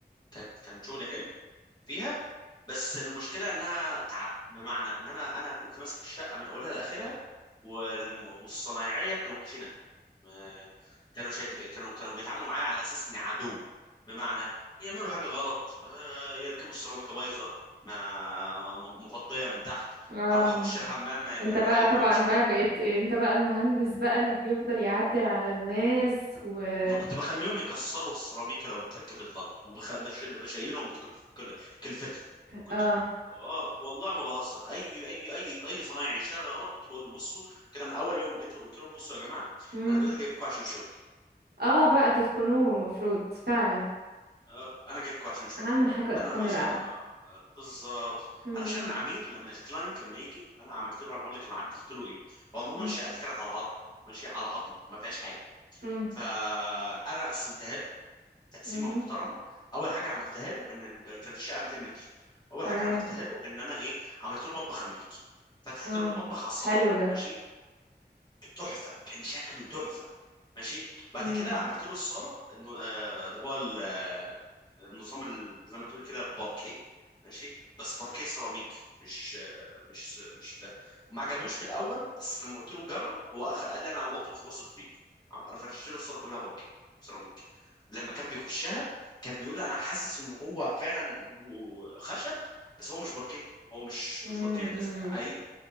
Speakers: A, on the left; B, on the right.
A: كانت كان شغلي حلو فيها بس المشكله انها تعب بمعنى ان انا انا كنت ماسك الشقه من اولها لاخرها والم- والصنايعيه كانوا وحشينها ما- كانوا شايف كانوا كانوا بيتعاملوا معايا على اساس اني عدو بمعنى يعملوا حاجه غلط آه، يركبوا السيراميكا بايظه ما م- مفضيه من تحت
B: امم
A: اروح اخش الحمام ما ما-
B: انت
A: ما
B: بقى
A: الاقيهمش
B: طبعا بقى بقيت انت بقى المهندس بقى اللي بيفضل يعدل على الناس وتكلفتها
A: أنا كنت بخليهم يكسروا السيراميكا لو اتركبت غلط وبشيل بشيلهم بكل- كل- كلفتها كنت
B: اه
A: اه والله ما بهزر اي اي اي اي صنايعي يشتغل غلط كنت بقول له بصوا كده من اول يوم جيت قلت لهم بصوا يا جماعه
B: امم
A: انا دلوقتي جايبكم عشان شغل
B: اه بقى تتقنوه المفروض فعلا
A: آه، انا جايبكم عشان شغل
B: اهم حاجة اتقان
A: انا لما
B: العمل
A: شط آه، آه، بالظبط
B: امم
A: علشان انا عميل لما الكلاينت لما يجي انا عملت له انا هقول لك انا عدلت له ايه هو عموما
B: امم
A: الشقه دي كانت على عظم ماشي على عظم ما فيهاش حاجه
B: امم
A: فانا قسمتها له تقسيمه
B: امم
A: محترمه اول حاجه عملتها له ان ال- كانت الشقه 200 متر اول
B: تمام
A: حاجه عملتها له ان انا ايه عملت له مطبخ امريكي فتحت
B: اه
A: له المطبخ على الصاله
B: حلو ده
A: ماشي تحفه كان شكله تحفه ماشي بعد
B: امم
A: كده عملت له الصاله إنه، آه، اللي هو ال- آه، النظام ال- زي ما تقول كده باركيه ماشي بس باركيه سيراميك مش آه، مش مش ده وما عجبوش في الاول بس لما قلت له جرب هو أخ- قال لي انا واثق واثق فيك عم- فرشت له الصاله كلها باركيه سيراميك لما كان بيخشها كان بيقول لي انا حاسس ان هو فعلا بو- خشب بس هو مش باركيه هو مش
B: امم
A: مش باركيه أس- حقيقي